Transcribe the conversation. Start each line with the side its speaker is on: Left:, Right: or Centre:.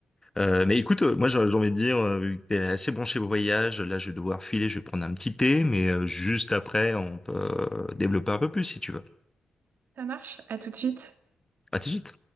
Left: Euh, mais écoute, euh, moi j'ai j'ai envie de dire, euh, vu que t'es assez branché au voyage, là je vais devoir filer, je vais prendre un petit thé, mais euh, juste après on peut euh, développer un peu plus si tu veux.
Right: Ça marche, à tout de suite.
Left: À tout de suite.